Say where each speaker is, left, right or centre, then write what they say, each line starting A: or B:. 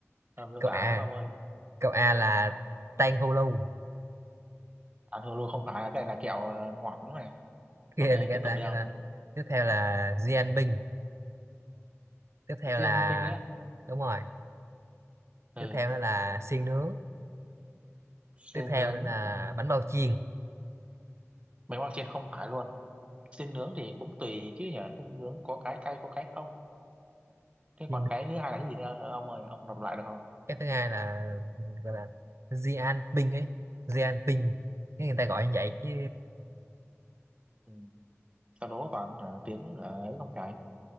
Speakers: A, on the right (about 25°); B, on the right (about 65°).
A: ờ, miêu
B: câu
A: tả
B: a
A: nữa ông ơi
B: câu A là Tang Hulu
A: ăn hồ lô không phải cái này là kẹo ờ, ngọt đúng không này
B: kia
A: ok
B: thì kia
A: tiếp tục
B: ta
A: đi
B: kia
A: không
B: ta tiếp theo là Binh tiếp theo
A: xiên
B: là
A: tinh á
B: đúng rồi
A: ừ
B: tiếp theo đó là xiên nướng
A: xiên
B: tiếp theo
A: nướng
B: nữa là bánh bao chiên
A: mấy món trên không phải luôn xiên nướng thì cũng tùy chứ nhở xiên nướng có cái cay có cái không thế
B: xiên
A: còn
B: nướng
A: cái thứ hai là cái gì nữa ông ơi ông đọc lại được không
B: cái thứ hai là gọi là Binh ấy Binh cái người ta gọi như vậy chứ
A: ừ. sau đó toàn hả, tiếng hả, ấy không phải